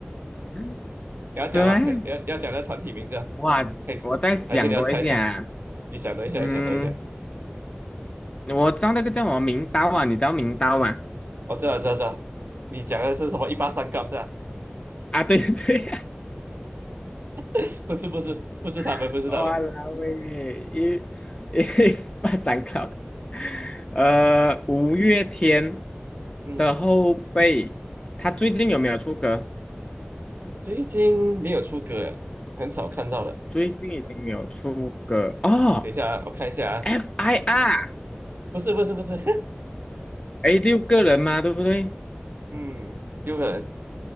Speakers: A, on the left (about 30°); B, on the right (about 60°).
A: <laughs>
B: 你要讲吗？
A: 对，
B: <laughs> 要要讲那团体名字啊，
A: 哇，
B: 还是还是你要猜一下？
A: 我在想多一点啊。
B: 你想多一下，
A: 嗯，
B: 你想多一下，
A: 我知道那个叫什么名刀啊，你知道名刀吗？
B: 我知道，知道，知道，你讲的是什么？一八三 Cup 是吧？
A: 啊，对 <laughs> 对对。
B: <laughs> 不是，不是，不是他们，
A: <laughs>
B: 不是他们，
A: 哇啦喂，一一 <laughs> 把三考，呃，五月天
B: 嗯，
A: 的后辈，他最近有没有出歌？
B: 最近没有出歌了，很少看到了。
A: 最近已经没有出歌哦
B: 等一下啊，我看一下啊，
A: ，FIR，
B: 不是，不是，不是，
A: 哎，六个人嘛，对不对？
B: <laughs> 嗯，六个人，